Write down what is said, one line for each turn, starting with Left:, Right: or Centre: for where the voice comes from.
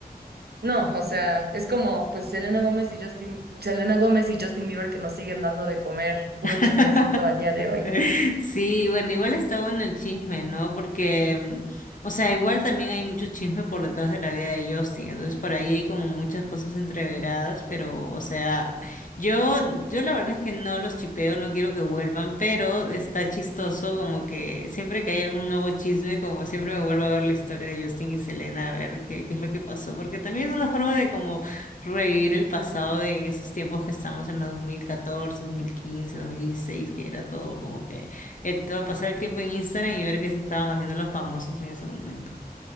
Right: no, o sea, es como pues Selena Gómez y Justin, Selena Gómez y Justin Bieber que nos siguen dando de comer, puro
Left: <laughs>
Right: chismecito al día de hoy.
Left: Sí, bueno, igual está bueno el chisme, ¿no? Porque, mm, o sea, igual también hay mucho chisme por detrás de la vida de Justin, entonces por ahí hay como muchas cosas entreveradas, pero, o sea, yo, yo la verdad es que no los chipeo, no quiero que vuelvan, pero está chistoso como que siempre que hay algún nuevo chisme, como siempre me vuelvo a ver la historia de Justin y Selena, a ver qué, qué es lo que pasó, porque también es una forma de como revivir el pasado de en esos tiempos que estamos en los 2014, 2015, 2016, que era todo como que eh, todo- pasar el tiempo en Instagram y ver qué se estaban haciendo los famosos en ese momento.